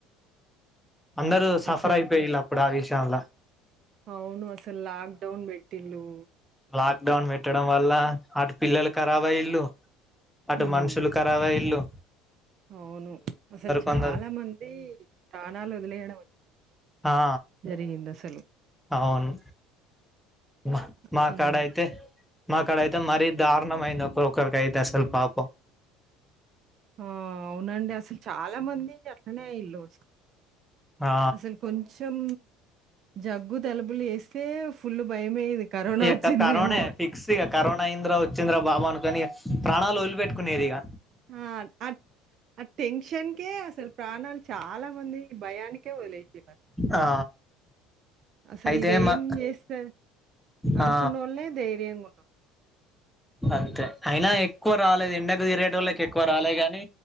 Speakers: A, in the centre; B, on the right.
A: అందరు సఫర్
B: అసలు
A: అయిపోయిళ అప్పుడు ఆ విషయలా
B: అవును అసలు లాక్ డౌన్ వెట్టిల్లు
A: లాక్ డౌన్ పెట్టడం వల్ల అటు పిల్లలు కరాబయల్ళలు అటు
B: హ్మ్
A: మనుషులు కరావ ఇల్లు
B: అవును అసలు చాలా
A: కొందరు
B: మంది ప్రాణాలు వదిలేయడం
A: ఆ
B: జరిగిందస్
A: అవును మ్మ
B: అసలు
A: మాక్కడైతే మాక్కడైతే మరీ దారుణమ అయింది. ఒకరికి అయితే అసలు పాపం
B: ఆ అవునండి అసలు చాలా మంది అట్లనే అఇల్లు
A: ఆ
B: అసలు కొంచెం జగ్గు తలబలు వేస్తే ఫుల్ భయమేది కరోనా
A: ఇక
B: వచ్చిందేమోని
A: కరోనే ఫిక్స్ ఇక కరోనా ఏందిరా వచ్చింద్రా బాబా అనుకని ప్రాణాలు వదిలిపెట్టుకునేరు ఇగ
B: ఆ అట్ అ టెన్ కషన్కే అసలు ప్రాణాలు చాలా మంది భయానికే వదిలేసిరు
A: ఆ
B: అసలు
A: అయితే
B: ఇదేం
A: మా
B: చేస్తా అనుకున్నోళ్లే
A: ఆ
B: దైర్యంగా ఉన్న
A: అంతే అయినా ఎక్కువ రాలేదు ఎండకు తీరేగే టోళ్ళకి ఎక్కువ రాలే గాని